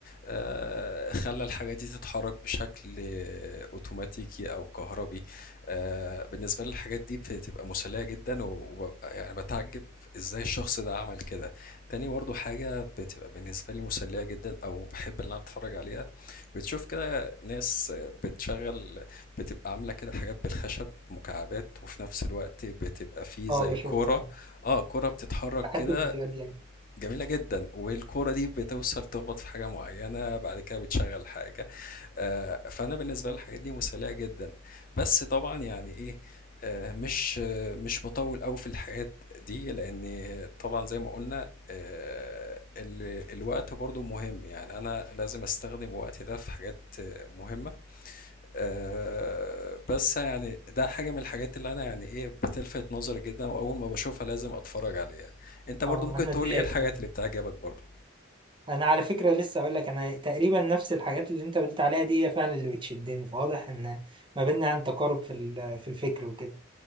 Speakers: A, on the left (about 45°); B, on the right (about 25°).
A: آه، خلى الحاجة دي تتحرك بشكل آه، اوتوماتيكي او كهربي آه، بالنسبة لي الحاجات دي بتبقى مسلية جدا وببقى يعني بتعجب ازاي الشخص ده عمل كده تاني برضو حاجة بتبقى بالنسبة لي مسلية جدا او بحب ان انا اتفرج عليها بتشوف كده ناس بتشغل بتبقى عاملة كده حاجات بالخشب مكعبات وفي نفس الوقت بتبقى فيه زي
B: اه بشوف
A: كورة
B: يعني
A: اه كورة بتتحرك
B: بحب
A: كده
B: الفيديوهات دي يعني
A: جميلة جدا والكورة دي بتوصل تخبط في حاجة معينة بعد كده بتشغل حاجة آآ، فأنا بالنسبة لي الحاجات دي مسلية جدًا، بس طبعًا يعني إيه، آآ، مش آه، مش باطوّل أوي في الحاجات دي، لإن طبعًا زي ما قُلنا آآ، ال الوقت برضه مهم، يعني أنا لازم أستخدم وقتي ده في حاجات آه، مهمة، آآ، بس يعني ده حاجة من الحاجات اللي أنا يعني إيه، بتلفت نظري جدًا وأول ما باشوفها لازم أتفرّج عليها. أنت برضه
B: اه
A: ممكن
B: انا
A: تقول
B: زيك
A: لي إيه الحاجات
B: فعلا
A: اللي بتعجبك برضه؟
B: انا على فكره لسه اقول لك انا تقريبا نفس الحاجات اللي انت قلت عليها دي هي فعلا اللي بتشدني فواضح ان ما بيننا يعني تقارب في ال- في الفكر وكده